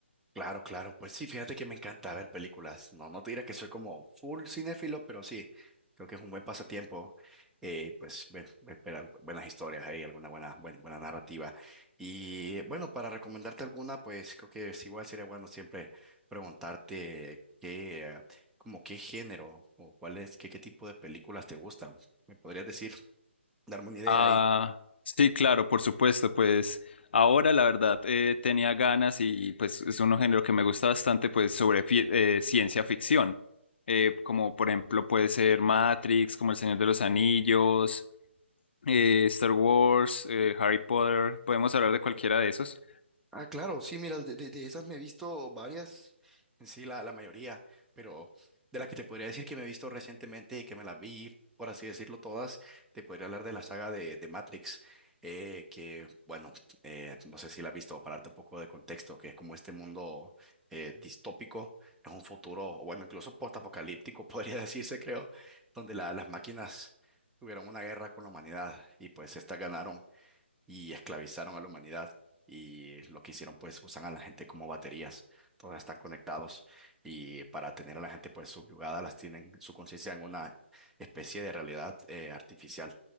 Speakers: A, in the centre; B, on the left.
A: Claro, claro, pues sí, fíjate que me encanta ver películas. No, no te diré que soy como full cinéfilo, pero sí, creo que es un buen pasatiempo. eh, pues ver, ver- ver al- buenas historias ahí, alguna buena, buen- buena narrativa. Y bueno, para recomendarte alguna, pues creo que es igual sería bueno siempre preguntarte qué, eh, como qué género o cuál es, qué, qué tipo de películas te gustan. ¿Me podrías decir, darme una idea
B: Ah,
A: ahí?
B: sí, claro, por supuesto, pues ahora la verdad eh, tenía ganas y pues es un género que me gusta bastante, pues sobre fi- eh, ciencia ficción, Eh, como por ejemplo puede ser Matrix, como El Señor de los Anillos, eh, Star Wars, eh, Harry Potter, podemos hablar de cualquiera de esos.
A: Ah, claro, sí, mira, de, de- de esas me he visto varias, en sí, la, la mayoría, pero de la que te podría decir que me he visto recientemente y que me las vi, por así decirlo, todas, te podría hablar de la saga de, de Matrix, eh, que, bueno, eh, no sé si la has visto, para darte un poco de contexto, que es como este mundo eh, distópico, es un futuro, o bueno, incluso postapocalíptico, <laughs> podría decirse, creo, donde la- las máquinas tuvieron una guerra con la humanidad y pues estas ganaron y esclavizaron a la humanidad. Y lo que hicieron, pues, usan a la gente como baterías. Todas están conectados y para tener a la gente, pues, subyugada, las tienen su conciencia en una especie de realidad eh, artificial,